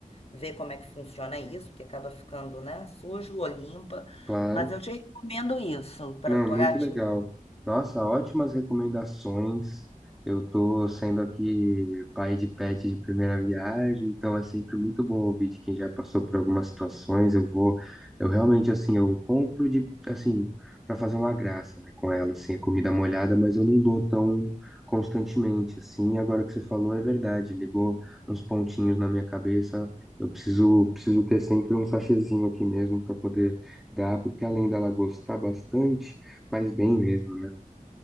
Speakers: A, on the left; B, in the centre.
A: ver como é que funciona isso, porque acaba ficando, né, sujo ou limpa.
B: Claro.
A: Mas eu te recomendo isso para
B: Não,
A: tua
B: muito
A: gatinha.
B: legal. Nossa, ótimas recomendações. Eu tô sendo aqui pai de pet de primeira viagem, então é sempre muito bom ouvir de quem já passou por algumas situações. Eu vou, eu realmente assim, eu compro de assim para fazer uma graça, né, com ela, assim, a comida molhada, mas eu não dou tão constantemente assim. Agora que você falou, é verdade, ligou uns pontinhos na minha cabeça. Eu preciso, preciso ter sempre um sachêzinho aqui mesmo para poder dá, porque além dela gostar bastante, Faz bem mesmo, né?